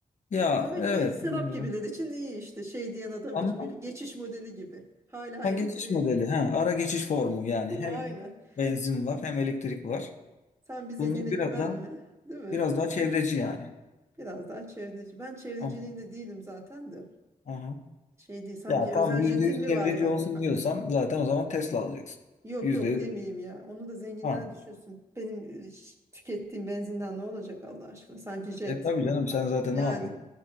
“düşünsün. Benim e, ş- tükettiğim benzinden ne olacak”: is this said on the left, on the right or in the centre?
Right